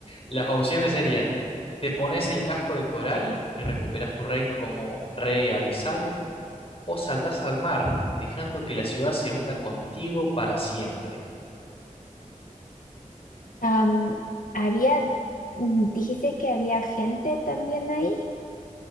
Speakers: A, on the left; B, on the left.
A: las opciones serían, te pones el casco de coral y recuperas tu reino como rey abisal, o saltás al mar, dejando que la ciudad se hunda contigo para siempre.
B: Am, había, mm, dijiste que había gente también ahí,